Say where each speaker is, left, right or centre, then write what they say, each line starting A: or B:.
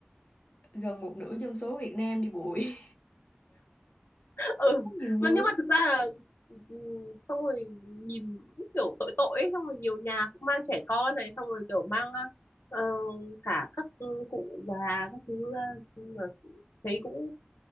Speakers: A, on the left; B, on the left.
A: Gần một nửa dân số Việt Nam đi bụi.
B: ừ
A: <laughs> nhiều người
B: mà nhưng
A: lắm.
B: mà thực ra là ừ, xong rồi nhìn cũng kiểu tội tội ấy. xong rồi nhiều nhà cũng mang trẻ con này xong rồi kiểu mang ờ, cả các cụ già các thứ ra nhưng mà thấy cũng